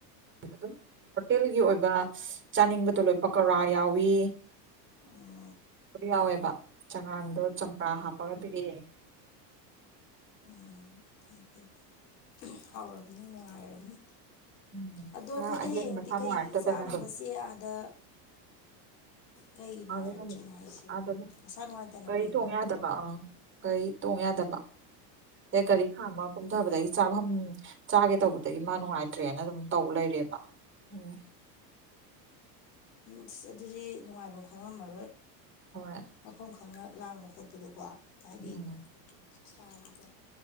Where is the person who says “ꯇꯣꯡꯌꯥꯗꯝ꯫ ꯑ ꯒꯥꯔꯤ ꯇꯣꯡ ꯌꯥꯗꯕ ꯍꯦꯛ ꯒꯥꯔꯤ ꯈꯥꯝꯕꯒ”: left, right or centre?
Right